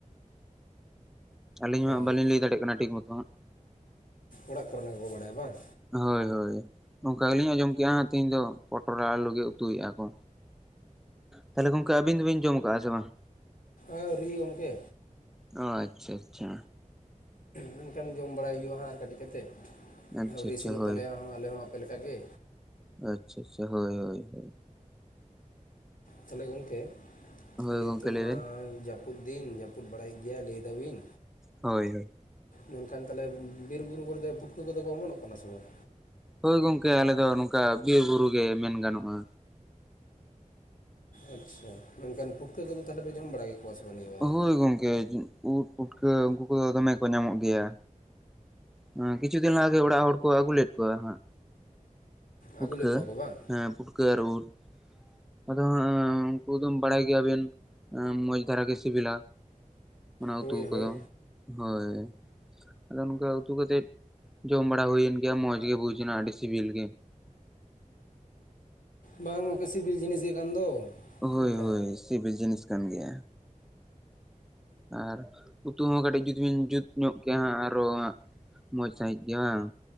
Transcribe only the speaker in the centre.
ᱟᱹᱞᱤᱧ ᱢᱟ
ᱦᱟᱸᱜ ᱵᱟᱹᱞᱤᱧ ᱞᱟᱹᱭ ᱫᱟᱲᱮᱭᱟᱜ ᱠᱟᱱᱟ ᱴᱷᱤᱠ ᱢᱚᱛᱚ ᱦᱟᱸᱜ
ᱦᱳᱭ ᱦᱳᱭ ᱱᱚᱝᱠᱟ ᱜᱮᱞᱤᱧ ᱟᱸᱡᱚᱢ ᱠᱮᱜ-ᱟᱦᱟᱸᱜ ᱛᱤᱦᱤᱧ ᱫᱚ ᱯᱚᱴᱚᱨ ᱟᱨ ᱟᱞᱩ ᱜᱮ ᱩᱛᱩᱭᱮᱜᱼᱟ ᱠᱚ ᱛᱟᱦᱚᱞᱮ ᱜᱚᱝᱠᱮ ᱟᱹᱵᱤᱱ ᱫᱚᱵᱤᱱ ᱡᱚᱢ ᱟᱠᱟᱜᱼᱟ ᱥᱮ ᱵᱟᱝ
ᱟ ᱟᱪᱷᱟ ᱟᱪᱷᱟ
ᱟᱪᱪᱷᱟ
ᱟᱪᱪᱷᱟ
ᱦᱳᱭ
ᱟᱪᱷᱟ ᱟᱪᱷᱟ ᱦᱳᱭ ᱦᱳᱭ ᱦᱳᱭ
ᱦᱳᱭ
ᱜᱚᱝᱠᱮ ᱞᱟᱹᱭ
ᱵᱮᱱ
ᱦᱳᱭ ᱦᱳᱭ
ᱦᱳᱭ ᱜᱚᱝᱠᱮ ᱟᱞᱮ ᱫᱚ ᱱᱚᱝᱠᱟ ᱵᱤᱨ ᱵᱩᱨᱩ ᱜᱮ ᱢᱮᱱ ᱜᱟᱱᱚᱜᱼᱟ᱾
ᱦᱳᱭ
ᱜᱚᱝᱠᱮ ᱩᱫ ᱯᱩᱴᱠᱟᱹ ᱩᱝᱠᱩ ᱠᱚᱫᱚ ᱫᱚᱢᱮ ᱠᱚ ᱧᱟᱢᱚᱜ ᱜᱮᱭᱟ ᱦᱮᱸ ᱠᱤᱪᱷᱩ ᱫᱤᱱ ᱞᱟᱦᱟ ᱜᱮ ᱚᱲᱟᱜ ᱦᱚᱲ ᱠᱚ ᱟᱹᱜᱩ ᱞᱮᱫ ᱠᱚᱣᱟ ᱦᱟᱜ ᱯᱩᱴᱠᱟᱹ
ᱦᱮᱸ ᱯᱩᱴᱠᱟᱹ ᱟᱨ ᱩᱫ ᱟᱫᱚ ᱦᱟᱜ ᱩᱱᱠᱩ ᱫᱚᱢ ᱵᱟᱲᱟᱭ ᱜᱮᱭᱟᱵᱤᱱ ᱢᱚᱸᱡᱽ ᱫᱷᱟᱨᱟ ᱜᱤ ᱥᱤᱵᱤᱞᱟ ᱚᱱᱟ
ᱩᱛᱩ ᱠᱚᱫᱚ,
ᱦᱳᱭ᱾ ᱟᱫᱚ ᱱᱚᱝᱠᱟ ᱩᱛᱩ ᱠᱟᱛᱮᱜ ᱡᱚᱢ ᱵᱟᱲᱟ ᱦᱩᱭᱮᱱ ᱜᱮᱭᱟ ᱢᱚᱸᱡᱽ ᱜᱮ ᱵᱩᱡ ᱱᱟ ᱟᱹᱰᱤ ᱥᱤᱵᱤᱞ ᱜᱮ
ᱦᱳᱭ
ᱦᱳᱭ ᱥᱤᱵᱤᱞ ᱡᱤᱱᱤᱥ ᱠᱟᱱ ᱜᱮᱭᱟ᱾ ᱟᱨ ᱩᱛᱩ ᱦᱚᱸ ᱠᱟᱹᱴᱤᱡ ᱡᱩᱫᱤ ᱵᱤᱱ ᱡᱩᱛ ᱧᱚᱜ ᱠᱮᱭᱟ ᱦᱟᱸᱜ ᱟᱨᱚ ᱦᱟᱸᱜ ᱢᱚᱡᱽ ᱥᱟᱺᱦᱤᱡ ᱜᱮ ᱵᱟᱝ?